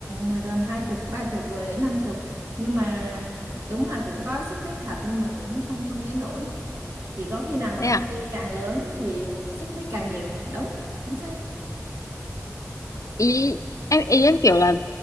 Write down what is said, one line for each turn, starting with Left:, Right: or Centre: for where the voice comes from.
Right: hoặc làm hai chục ba chục rồi đến năm chục nhưng mà đúng là cũng có xích mích thật nhưng mà cũng không không đến nỗi chỉ có khi nào mà
Left: thế à
Right: công ty càng lớn ấy thì xích mích càng nhiều đúng chính xác
Left: ý em ý em kiểu là